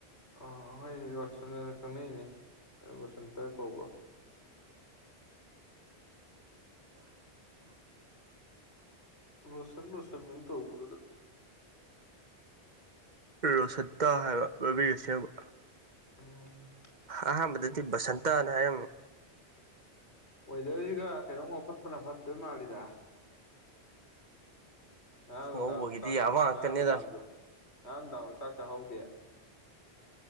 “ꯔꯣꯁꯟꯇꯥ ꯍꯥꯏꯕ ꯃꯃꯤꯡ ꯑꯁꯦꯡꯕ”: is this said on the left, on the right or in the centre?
Right